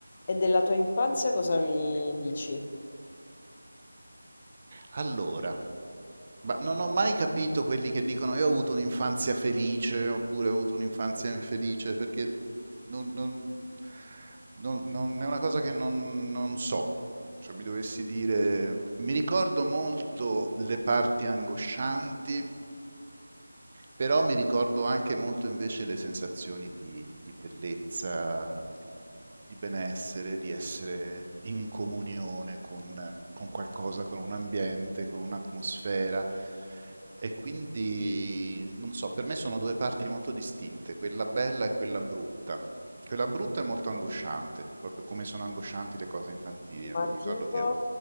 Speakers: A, on the left; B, on the right.
A: E della tua infanzia cosa mi dici?
B: Allora, ma non ho mai capito quelli che dicono io ho avuto un'infanzia felice oppure ho avuto un'infanzia infelice, perché non, non- non- non- è una cosa che non, non so. Cioè, mi dovessi dire, mi ricordo molto le parti angoscianti, però mi ricordo anche molto invece le sensazioni di, di bellezza, di, di benessere, di essere in comunione con, con qualcosa, con un ambiente, con un'atmosfera. E quindi, non so, per me sono due parti molto distinte, quella bella e quella brutta. Quella brutta è molto angosciante, proprio come sono angoscianti le cose infantili.
A: Ma
B: Mi ricordo
A: tipo...
B: che,